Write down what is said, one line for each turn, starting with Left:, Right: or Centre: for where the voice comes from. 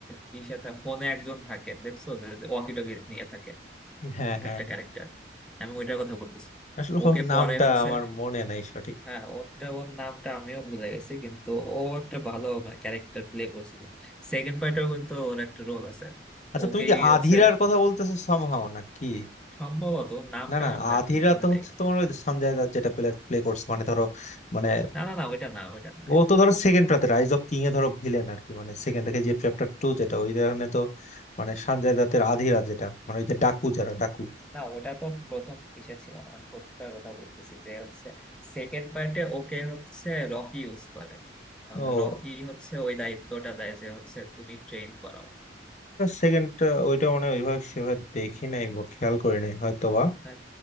Centre: কি সাথে ফোনে একজন থাকে দেখছো যে ওয়াকি টকি নিয়ে থাকে
Left: হ্যাঁ হ্যাঁ
Centre: একটা
Left: হ্যাঁ।
Centre: ক্যারেক্টার আমি ওইটার কথা বলতেছিলাম
Left: আসলে
Centre: ওকে
Left: ওর নামটা
Centre: পরে হচ্ছে
Left: আমার মনে নাই সঠিক
Centre: হ্যাঁ ওরটা ওর নামটা আমিও ভুলে গেছি কিন্তু ও একটা ভালো ক্যারেক্টার প্লে করছিল সেকেন্ড পার্টেও কিন্তু ওর একটা রোল আছে
Left: আচ্ছা
Centre: ওকেই
Left: তুমি কি আধিরার
Centre: হচ্ছে
Left: কথা বলতেছো সামহাও না কি
Centre: সম্ভবত ওর নামটা
Left: না না
Centre: আমি জানি
Left: আধিরা
Centre: মনে
Left: তো
Centre: নেই
Left: হচ্ছে তোমার ওই সঞ্জয় দত্ত যেটা প্লে প্লে করছে মানে ধরো মানে
Centre: না না না ওইটা না ওইটা না আমি
Left: ও তো
Centre: বলি
Left: ধরো সেকেন্ড রাতে রাইজ অফ কিং এ ধরো ভিলেন আর কি মানে সেকেন্ড রেখে যে চ্যাপ্টার টু যেটা ওই ধরনের তো মানে সঞ্জয় দত্তের আধিরা যেটা মানে ওই যে ডাকু যারা ডাকু
Centre: না ওটা তো প্রথম ইসে ছিল না, আমি প্রথমটার কথা বলতেছি যে হচ্ছে সেকেন্ড পার্টে ওকে হচ্ছে রকি ইউজ করে
Left: ও
Centre: রকি হচ্ছে ওই দায়িত্বটা দেয় যে হচ্ছে তুমি ট্রেন করাও
Left: সেকেন্ড ওইটা মানে ওইভাবে সেভাবে দেখি নাই বা খেয়াল করি নাই হয়তোবা
Centre: হ্যাঁ